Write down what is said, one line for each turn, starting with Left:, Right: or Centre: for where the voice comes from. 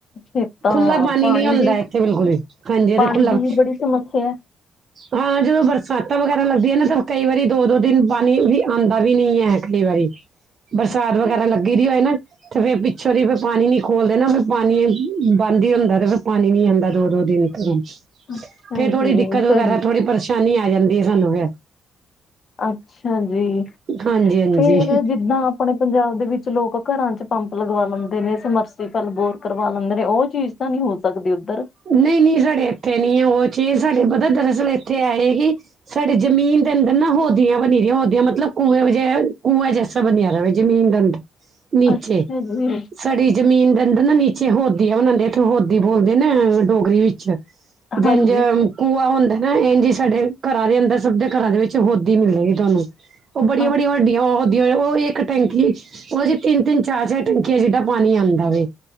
Left: ਫਿਰ ਤਾਂ
Right: ਖੁੱਲਾ ਪਾਨੀ
Left: ਪਾਣੀ
Right: ਨੀ ਔਂਦਾ
Left: ਦੀ
Right: ਇੱਥੇ ਬਿਲਕੁਲ ਵੀ ਹਾਂਜੀ ਏ
Left: ਪਾਣੀ
Right: ਤੇ ਖੁੱਲਾ
Left: ਦੀ ਵੀ ਬੜੀ ਸਮੱਸਿਆ ਹੈ।
Right: ਹਾਂ ਜਦੋਂ ਬਰਸਾਤਾਂ ਵਗੈਰਾ ਲੱਗਦੀਆਂ ਨਾ ਤਾਂ ਕਈ ਵਾਰੀ ਦੋ-ਦੋ ਦਿਨ ਪਾਨੀ ਵੀ ਆਂਦਾ ਵੀ ਨਈ ਐ ਕਈ ਵਾਰੀ, ਬਰਸਾਤ
Left: ਅੱਛਾ
Right: ਵਗੈਰਾ ਲੱਗ ਗਿਰੀ ਹੋਏ ਨਾ ਤੇ ਫੇਰ ਪਿੱਛੋਂ ਦੀ ਫੇਰ ਪਾਨੀ ਨੀ ਖੋਲਦੇ ਨਾ ਫਿਰ ਪਾਨੀ ਬੰਦ ਈ ਹੁੰਦਾ ਤੇ ਫਿਰ ਪਾਨੀ ਨੀ ਆਂਦਾ ਦੋ-ਦੋ ਦਿਨ। <inaudible>
Left: ਅੱਛਾ
Right: ਫੇਰ ਥੋੜ੍ਹੀ
Left: ਜੀ
Right: ਦਿੱਕਤ ਵਗੈਰਾ
Left: ਫਿਰ
Right: ਥੋੜ੍ਹੀ ਪਰੇਸ਼ਾਨੀ ਆ ਜਾਂਦੀ ਏ, ਸਾਨੂੰ ਫੇਰ।
Left: ਅੱਛਾ ਜੀ,
Right: ਹਾਂਜੀ ਹਾਂਜੀ
Left: ਫੇਰ ਜਿੱਦਾਂ ਆਪਣੇ ਪੰਜਾਬ ਦੇ ਵਿੱਚ ਲੋਕ ਘਰਾਂ 'ਚ ਪੰਪ ਲਗਵਾ ਲੈਂਦੇ ਨੇ, ਸਮਰਸੀ ਬਲ ਬੋਰ ਕਰਵਾ ਲੈਂਦੇ ਨੇ, ਉਹ ਚੀਜ਼ ਇਹ ਤਾਂ ਨੀ ਹੋ ਸਕਦੀ ਏਧਰ,
Right: ਨਹੀਂ, ਨਹੀ ਸਾਡੇ ਇੱਥੇ ਨੀ ਐ, ਉਹ ਚੀਜ਼ ਸਾਡੇ ਪਤਾ ਦਰਅਸਲ ਇੱਥੇ ਆਏ ਸੀ ਸਾਡੇ ਜ਼ਮੀਨ ਦੇ ਅੰਦਰ ਨਾ ਹੋਦੀਆਂ ਬਣੀਆ ਹੋਈਆਂ ਹੋਦੀਆ ਮਤਲਬ ਕੂਏ ਵਗੈਰਾ ਕੂਏ ਜੈਸੇ ਤਾ ਬਣਿਆ ਰਵੇ ਜਮੀਨ ਦੇ ਅੰਦਰ, ਨੀਚੇ,
Left: ਅੱਛਾ ਜੀ
Right: ਸਾਡੀ ਜ਼ਮੀਨ ਦੇ ਅੰਦਰ ਨਾ ਨੀਚੇ ਹੋਦੀਆ ਬਣਾਦੇ ਇੱਥੇ ਹੋਦੀ ਬੋਲਦੇ ਨਾ ਹਾਂ ਡੋਗਰੀ ਵਿੱਚ, ਜੇਂਝ
Left: ਹਾਂਜੀ
Right: ਕੂਆ ਹੁੰਦਾ ਨਾ, ਇੰਝ ਈ ਸਾਡੇ ਘਰਾਂ ਦੇ ਅੰਦਰ ਸਭ ਦੇ ਘਰਾਂ ਦੇ ਵਿੱਚ ਹੋਦੀ ਮਿਲੇਗੀ ਤੁਹਾਨੂੰ। ਉਹ ਬੜੀਆਂ,
Left: ਅ
Right: ਬੜੀਆਂ ਹੋ ਡੀਆਂ ਹੋਦੀਆ ਉਹ ਇੱਕ ਟੈਂਕੀ ਉਦੇ ਚ ਤਿੰਨ, ਤਿੰਨ ਚਾਰ, ਚਾਰ ਟੈਂਕੀਆ ਜਿੱਡਾ ਪਾਣੀ ਆਂਦਾ ਵੇ,